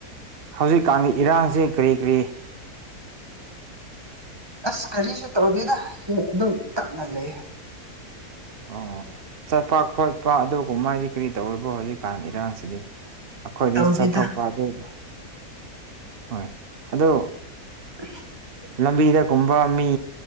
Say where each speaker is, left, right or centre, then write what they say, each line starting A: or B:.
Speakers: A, on the right (about 45°); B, on the right (about 15°).
A: ꯍꯧꯖꯤꯛꯀꯥꯟꯒꯤ ꯏꯔꯥꯡꯁ ꯀꯔꯤ ꯀꯔꯤ
B: ꯑꯁ ꯀꯔꯤꯁꯨ ꯇꯧꯗꯦꯗ ꯑꯗꯨꯝ ꯇꯞꯅ ꯂꯩ
A: ꯑꯣ ꯆꯠꯄ ꯈꯣꯠꯄ ꯑꯗꯨꯒꯨꯝꯕ ꯍꯥꯏꯗꯤ ꯀꯔꯤ ꯇꯧꯔꯤꯕꯣ ꯍꯧꯖꯤꯛꯀꯥꯟ ꯏꯔꯥꯡꯁꯤꯗꯤ ꯑꯩꯈꯣꯏꯗꯤ
B: ꯇꯧꯗꯦꯗ
A: ꯆꯠꯊꯣꯛꯄ ꯑꯗꯨꯏꯅꯦ ꯍꯣꯏ ꯑꯗꯣ
B: ꯑ <unintelligible>
A: ꯂꯝꯕꯤꯗꯒꯨꯝꯕ ꯃꯤ